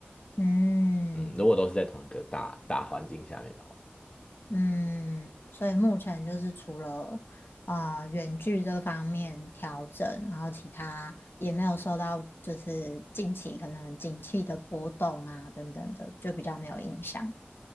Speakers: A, on the left (about 65°); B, on the left (about 25°).
A: 嗯。
B: 嗯，如果都是在同一个大大环境下面的话。
A: 嗯，所以目前就是除了啊远距这方面调整，然后其他也没有受到就是近期可能景气的波动啊等等的，就比较没有影响。